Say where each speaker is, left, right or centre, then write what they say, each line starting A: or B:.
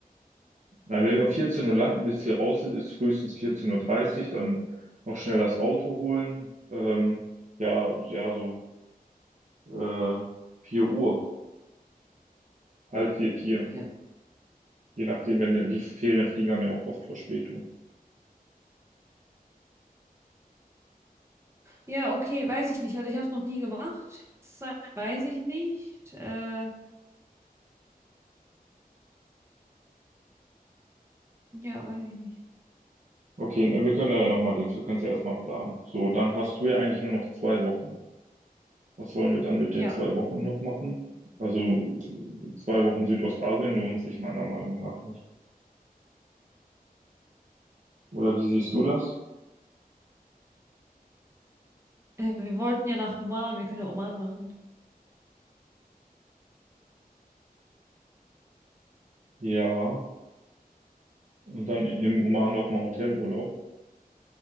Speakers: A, on the right (about 55°); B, on the right (about 15°).
A: Nein, wenn wir um 14 Uhr landen, bis wir raus sind, ist frühestens vierzehn Uhr, dreißig. dann noch schnell das Auto holen. Ähm, ja, ja, so äh, 4 Uhr, halb vier, vier.
B: Ja,
A: Je nachdem, wenn die die Ferienflieger haben ja auch oft Verspätung.
B: ja, okay, weiß ich nicht. Also ich habe es noch nie gemacht. Das sei- Weiß ich nicht. Äh, ja, weiß ich nicht.
A: Okay, ne, wir können da ja nochmal links, wir können es ja erstmal planen. So, dann hast du ja eigentlich nur noch zwei Wochen. Was wollen wir dann mit
B: Ja,
A: den zwei Wochen noch machen? Also äh, zwei Wochen Südostasien lohnt sich meiner Meinung nach nicht. Oder wie siehst du das?
B: äh, wir wollten ja nach Oman. Wir können ja Oman machen.
A: Ja, und dann im Oman nochmal Hotelurlaub.